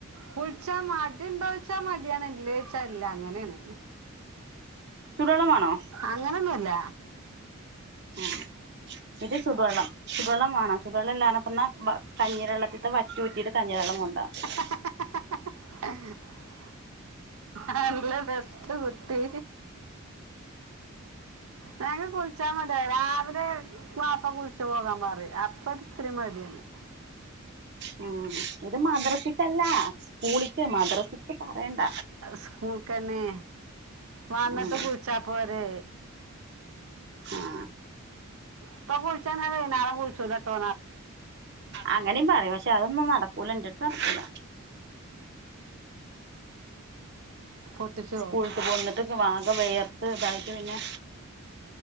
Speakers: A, on the right; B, on the right.
A: കുളിച്ചാൽ മടിണ്ടോ ചോദിച്ചാ മടിയാണ് ഇല്ലേ വെച്ചാ ഇല്ല അങ്ങനെയാണ്
B: ചൂട് വെള്ളംവേണോ
A: അങ്ങനൊന്നല്ല
B: ആഹ് ഇത് ചുടുവെള്ളം ചുടുവെള്ളം വേണം ചുടുവെള്ളംല്ലാ പറഞ്ഞഞ്ഞീ വെള്ളത്തിട്ട വറ്റിഊറ്റിട്ട് കഞ്ഞീര വെള്ളം ുണ്ട <unintelligible>
A: <unintelligible> നല്ല ബെസ്റ്റ് കുട്ടി ഞങ്ങ കുളിച്ചാ മതി രാവിലെ ബാപ്പ കുളിച്ച- ച്ച പോകാൻ പറയും അപ്പൊ ഇത്തിരി മടിയാണ്
B: ഉം ഇത് മദ്രസിക്കല്ല സ്കൂളിക്ക് മദ്രസക്ക് പറയണ്ട
A: സ്കൂൾക്ക് തതന്നെ വന്നിട്ട്
B: ഉം
A: കുളിച്ചാൽ പൊരെ
B: ആഹ്
A: ഇപ്പൊ കുളിച്ചാ ഞാൻ വൈനാളം കുളിച്ചുെട്ടോ-
B: അങ്ങനിം പറിം പക്ഷെ അതൊന്നും നടക്കൂല ഇന്റെട്ത്ത് നടക്കൂല.
A: പൊട്ടിച്ചുവോ
B: സ്കൂൾട്ട് വന്ന്ട്ട് പ്പം ആകെ വെയർ ത്ത് തായിട്ട് പിന്നെ